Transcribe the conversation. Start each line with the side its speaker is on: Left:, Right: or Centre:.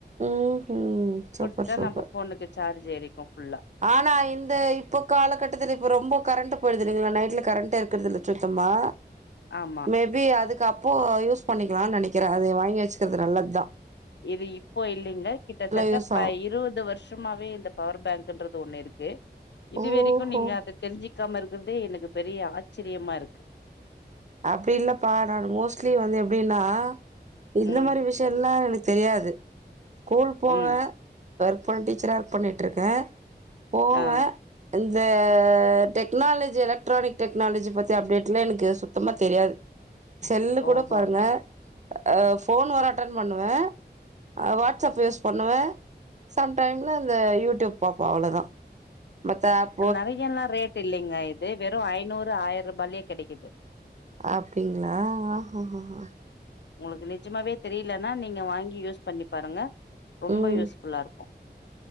Right: ம் ம் சூப்பர்
Left: குடுத்துட்டா
Right: சூப்பர்
Left: நம்ம ஃபோனுக்கு சார்ஜு ஏரிக்கு ஃபுல்லா
Right: ஆனா இந்த இப்போ காலகட்டத்துல இப்ப ரொம்போ கரண்ட்டு போய்டுது இல்லைங்ளா நைட்ல கரண்ட்டே இருக்குறதில்ல சுத்தமா
Left: ஆமா
Right: மேபி அதுக்கப்போ யூஸ் பண்ணிக்குலான் நெனைக்கிற அது வாங்கி வச்சுக்கிறது நல்லத்தா
Left: இது இப்போ இல்லைங்க கிட்டதட்ட
Right: யூஸ்
Left: ப
Right: ஆகு
Left: இருவது வர்ஷ் ஜும்மாவே இந்த பவர் பேங்குன்றது ஒன்னு இருக்கு இது
Right: ஓஹோ
Left: வரைக்கு நீங்க அது தெரிஞ்சிக்காம இருக்கற்தே எனக்கு பெரிய ஆச்சரியமா இருக்கு
Right: அப்டி இல்லப்பா நானு மோஸ்ட்லி வந்து எப்டினா இந்த
Left: ம்
Right: மாரி விஷ் அதெல்லா எனக் தெரியாது ஸ்கூல் போவ
Left: ம்
Right: ஒர்க் போற டீச்சரா ஒர்க் பண்ணிட்ருக்க போவ
Left: ஆ
Right: இந்த டெக்னாலஜி எலெக்ட்ரானிக் டெக்னாலஜி பத்தி அப்டேட்லா எனக்கு சுத் தமா தெரியாது செல்லு கூட
Left: ஓஹோ
Right: பாருங்க ஆ ஃபோன் வர அட்டன் பண்ணுவ ஆ வாட்ஸ்அப் யூஸ் பண்ணுவ சம்டைம்ல அந்த யூடியூப் பாப்ப அவுளோதா மத்த ஆப்
Left: நெறையலா ரேட் இல்லைங்க இது வெறு ஐநூறு ஆயர்ருபாய்லே கெடைக்குது
Right: அப்டிங்ளா ஆஹ ஹ ஹ
Left: உங்ளுக்கு நிஜமாவே தெரியலனா நீங்க வாங்கி யூஸ் பண்ணி பாருங்க ரொம்ப
Right: ம்
Left: யூஸ் ஃபுல்லா இரு க்கு